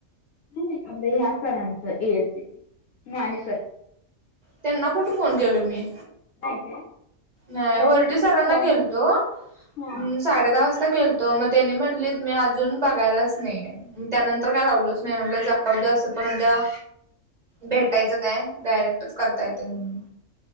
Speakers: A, on the left (about 60°); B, on the right (about 35°).
A: नाही, नाही. आपल्या ह्या सरांचं. ए एसी माने सर.
B: त्यांना कुठं, फोन केलो मी.
A: नाही काय
B: नाही,
A: मला वाटलं
B: वरठे
A: तू
B: सरांना
A: कॉल
B: केलतो अं
A: हा
B: साडे दहा वाजता केलतो. मग त्यांनी म्हणलेत, मी अजून बघायलाच नाहीये. म त्यानंतर काय लावलच नाही. म्हणलं जाऊद्या. असं पण उद्या भेटायचं काय? डायरेक्टच करता येतंय म्हणून.